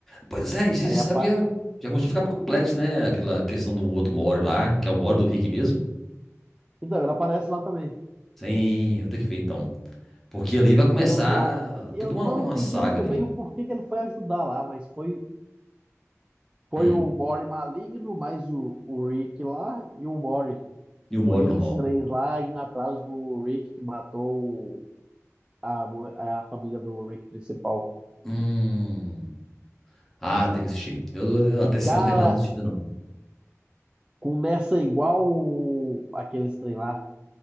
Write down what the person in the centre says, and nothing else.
Pois é, e você
sabe
que já, já começou a ficar complexo, né? Aquela questão do outro Mori lá, que é o Mori do Rick mesmo.
Sim, eu tenho que ver então. Porque ali vai começar
toda
uma, uma
saga
ali.
Hum,
e o Mori
normal.
Hum. Ah, tem que assistir. Eu, eu- a terceira
temporada não assisti ainda não.